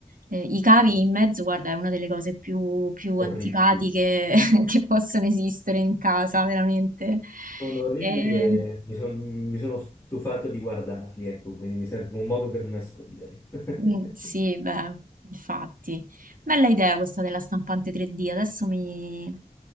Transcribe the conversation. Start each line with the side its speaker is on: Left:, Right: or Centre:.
Right: eh, i cavi in mezzo, guarda, è una delle cose più, più antipatiche
Left: Orribili.
Right: <laughs> che possono esistere in casa, veramente.
Left: Sono orribili
Right: E-
Left: e mi, Mm. son- mi sono stufato di guardarli, ecco, quindi mi serve un modo per nasconderli. <laughs>
Right: Mm, sì, beh, infatti. Bella idea questa della stampante 3D. Adesso mi,